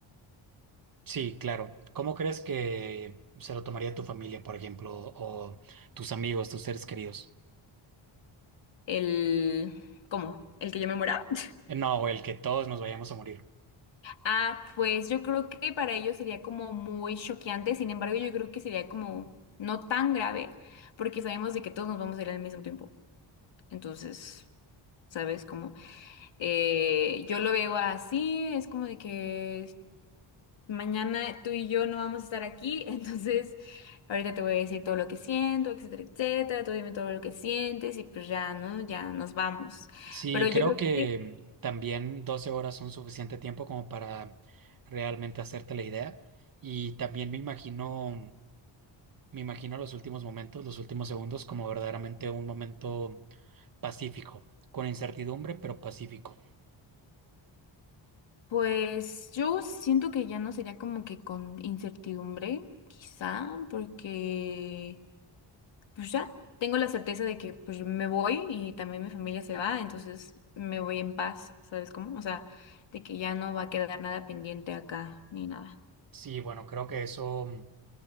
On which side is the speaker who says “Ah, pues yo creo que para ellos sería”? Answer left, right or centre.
Left